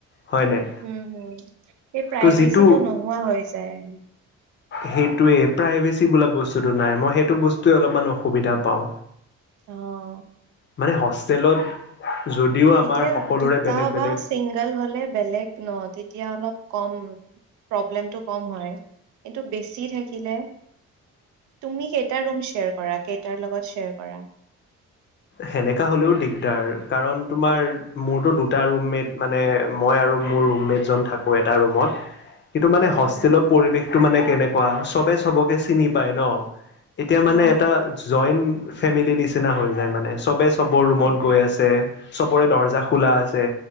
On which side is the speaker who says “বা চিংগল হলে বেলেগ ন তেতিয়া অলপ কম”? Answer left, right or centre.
Right